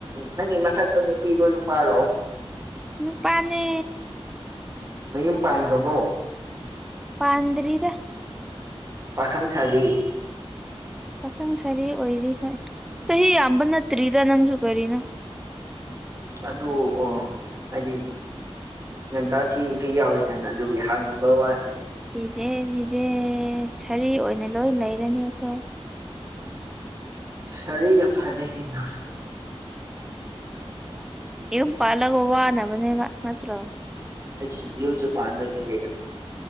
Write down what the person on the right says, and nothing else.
ꯅꯪꯒꯤ ꯃꯊꯛꯇ ꯅꯨꯄꯤꯔꯣ ꯅꯨꯄꯥꯔꯣ
ꯃꯌꯨꯝ ꯄꯥꯟꯈ꯭ꯔꯕꯣ
ꯄꯥꯈꯪ ꯁꯥꯥꯔꯤ
ꯑꯗꯣ ꯑꯥ ꯍꯥꯏꯗꯤ ꯉꯟꯇꯥ ꯊꯤꯕꯁꯨ ꯌꯥꯎꯋꯦꯗꯅ ꯑꯗꯨꯒꯤ ꯍꯪꯕ ꯋꯥꯅꯤ
ꯁꯔꯤꯅ ꯐꯔꯦ ꯀꯩꯅꯣ
ꯉꯁꯤ ꯌꯨꯝꯁꯨ ꯄꯥꯟꯗꯣꯢꯅꯦ ꯀꯩꯅꯣ